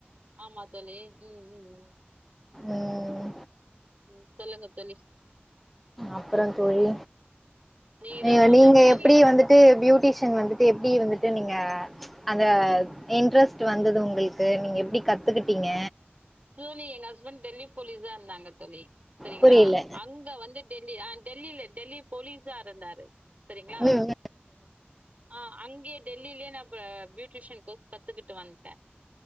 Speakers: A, on the right; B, in the centre.
A: ஆமா தோழி ம் ம் ம்
B: ம்,
A: ம் சொல்லுங்க தோழி
B: அப்றோ தோழி
A: நீங்க தா
B: ம்
A: சொல்லணு
B: நீங்க
A: தோழி
B: எப்டி
A: நீ
B: வந்துட்டு பியூட்டிஷியன் வந்து த்து எப்டி வந்துட்டு நீங்க அந்த இன்ட்ரெஸ்ட் வந்தது உங்களுக்கு நீங்க எப்டி கத்துக்கிட்டீங்க
A: தோழி எங்க ஹஸ்பண்ட் டெல்லி போலீஸ் ஆ இருந்தாங்க தோழி செரிங்ளா
B: புரியல
A: அங்க வந்து டெல்லி ஆ டெல்லில டெல்லி போலீசா இருந்தாரு செரிங்ளா
B: ம்
A: ஆ அங்கியே டெல்லிலயே நா ப பியூட்ரிஷன் கோஸ் கத்துகுட்டு வன்ட்ட